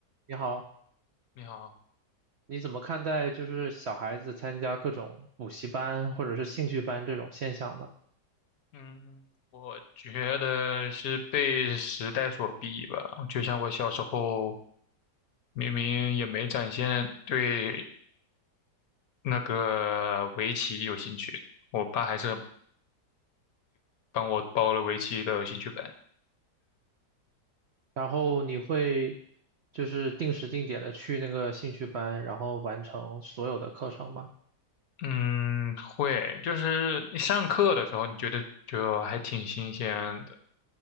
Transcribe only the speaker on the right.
你好，
你怎么看待就是小孩子参加各种补习班或者是兴趣班这种现象呢？
然后你会就是定时定点的去那个兴趣班，然后完成所有的课程吗？